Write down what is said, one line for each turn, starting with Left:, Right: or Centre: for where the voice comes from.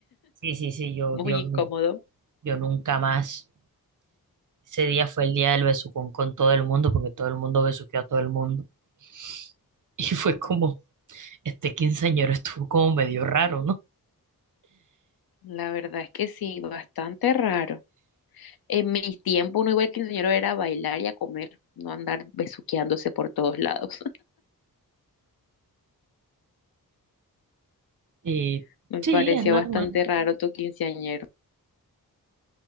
Right: sí, sí, sí, yo,
Left: muy
Right: Dios
Left: incómodo.
Right: mío, yo nunca más. Ese día fue el día del besucón con todo el mundo, porque todo el mundo besuqueó a todo el mundo. <laughs> Y fue como, este quinceañero estuvo como medio raro, ¿no?
Left: La verdad es que sí, bastante raro. En mis tiempos, uno igual que quinceañero era bailar y a comer, no andar besuqueándose por todos lados.
Right: Y
Left: <laughs> Me
Right: sí,
Left: pareció
Right: es normal.
Left: bastante raro tu quinceañero.